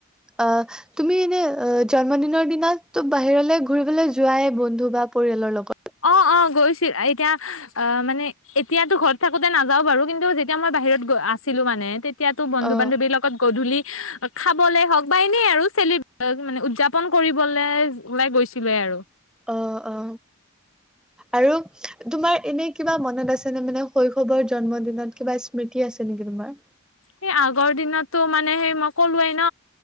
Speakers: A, in the centre; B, on the left.
A: আ তুমি এনে অ জন্মদিনৰ দিনা বাহিৰলৈ ঘুৰিবলৈ যোৱাই বন্ধু বা পৰিয়ালৰ লগত
B: অ অ গৈছিল এতিয়া অ মানে এতিয়াতো ঘৰত থাকোতে নাযাও বাৰু কিন্তু যেতিয়া মই বাহিৰত গ আছিলো মানে তেতিয়া ত
A: অ',
B: বান্ধৱীৰ লগত গধূলি খাবলে হওক বা এনেই আৰু চেল মানে উদযাপন কৰিবলৈ ওলাই গৈছিলোৱে আৰু
A: অ অ আৰু তোমাৰ এনেই কিবা মনত আছে নে মানে শৈশৱৰ জন্মদিনত কিবা স্মৃতি আছে নেকি তোমাৰ
B: সেই আগৰ দিনততো মানে সেই মই ক'লোৱেই ন